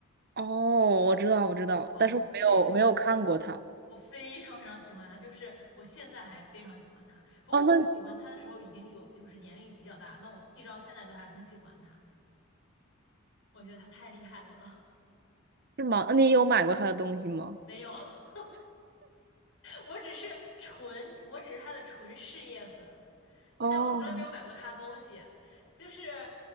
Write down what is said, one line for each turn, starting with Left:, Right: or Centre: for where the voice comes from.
Right: 哦，我知道，我知道，
Left: 哇，
Right: 但是我没有我没有看过他。
Left: 我非常，我非常非常喜欢她，就是我现在还非常喜欢她。不过我喜欢她的时候已经有就是年龄比较大，
Right: 哦，那
Left: 那我一直到现在都还很喜欢她，我觉得她太厉害了。
Right: 是吗？那你有买过他的东西吗？
Left: <laughs> 没有，<laughs> 我只是纯，我只是他的纯事业粉，
Right: 哦，
Left: 但我从来没有买过他的东西。就是，